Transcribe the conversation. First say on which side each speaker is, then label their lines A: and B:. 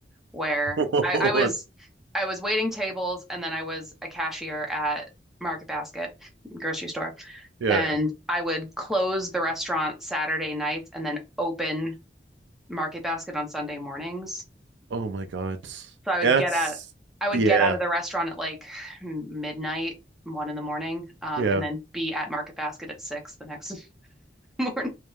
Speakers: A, in the centre; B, on the right.
A: where
B: <laughs>
A: I, I was
B: It's-
A: I was waiting tables and then I was a cashier at Market Basket grocery store,
B: Yeah.
A: and I would close the restaurant Saturday nights and then open Market Basket on Sunday mornings.
B: Oh my God.
A: So I would
B: That's
A: get out, I would
B: yeah.
A: get out of the restaurant at like midnight, one in the morning, um,
B: Yeah.
A: and then be at Market Basket at six the next <laughs> morning.